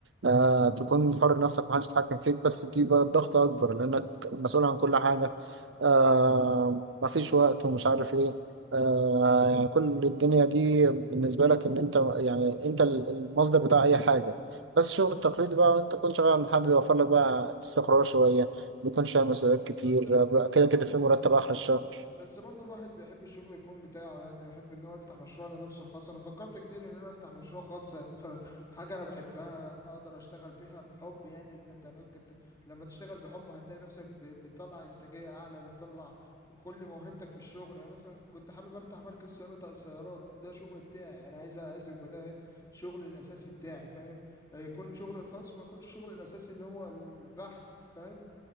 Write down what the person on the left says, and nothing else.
بس ب...
بس
برضو
بس برضو الواحد بيحب الشغل يكون بتاعه يعني يحب ان هو يفتح مشروع لنفسه الخاص انا فكرت كتير ان انا افتح مشروع خاص يعني مثلا حاجة انا بحبها اقدر اشتغل فيها بحب يعني ان انت ممكن ت... لما تشتغل بحب هتلاقي نفسك ب... بتطلع انتاجية اعلى بتطلع كل موهبتك في الشغل يعني مثلا كنت حابب افتح مركز صيانة سيارات ده شغل بتاعي انا عايز عايز يبقى ده شغلي الاساسي بتاعي فاهم يكون شغلي الخاص ما يكونش شغلي الاساسي اللي هو البحث فاهم